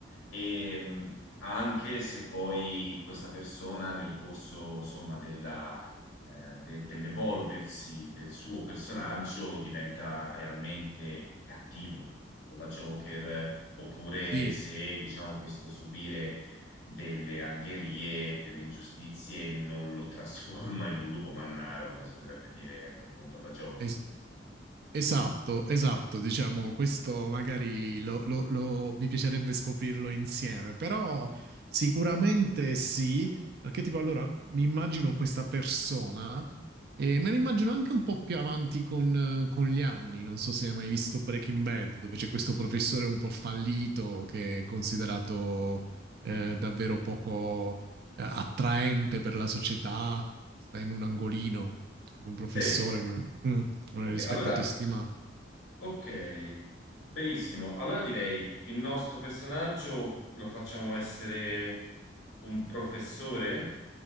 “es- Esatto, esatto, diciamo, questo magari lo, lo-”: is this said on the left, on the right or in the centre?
Right